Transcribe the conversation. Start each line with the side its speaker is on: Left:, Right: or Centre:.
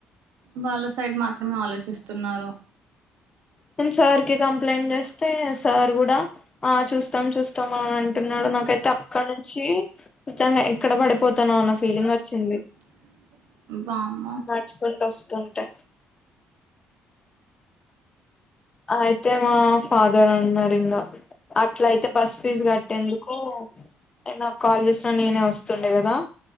Right: వాళ్ళ సైడ్ మాత్రమే ఆలోచిస్తున్నారు
Left: నేను సార్ కి కంప్లైంట్ చేస్తే సార్ కూడా ఆ చూస్తాం చూస్తాం అని అంటున్నాడు నాకైతే అక్కడ నుంచి నిజంగా ఎక్కడ పడిపోతాను అన్న ఫీలింగ్ వచ్చింది
Right: <unintelligible> వామ్మో
Left: మడుచుకుంటూ వస్తుంటే అయితే మా ఫాదర్ అన్నారు ఇంకా అట్లయితే బస్ ఫీజు కట్టేందుకు, నాకు కాల్ చేసిన, నేనే వస్తుండే కదా!